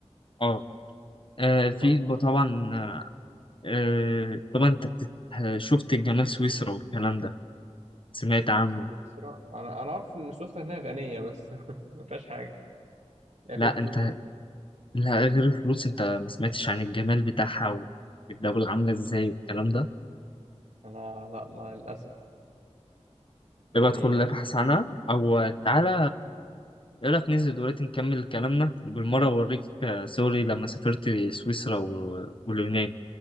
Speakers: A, on the left (about 45°); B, on the right (about 75°).
A: اه آه، في
B: طيب
A: ب- طبعا آه، طبعا انت بت- شفت الجمال سويسرا والكلام ده سمعت عنه
B: سويسرا انا انا عارف ان سويسرا هنا غنيه بس <laughs> ما فيهاش حاجه لا
A: لا
B: فيها فلوس
A: انت
B: بقى
A: لا غير الفلوس انت ما سمعتش عن الجمال بتاعها والدولة عاملة ازاي والكلام ده
B: انا لا ما للاسف يعني
A: يبقى ادخل ابحث عنها او تعالى ايه رأيك ننزل دلوقتي نكمل كلامنا وبالمرة أوريك آه، صوري لما سافرت سويسرا و- واليونان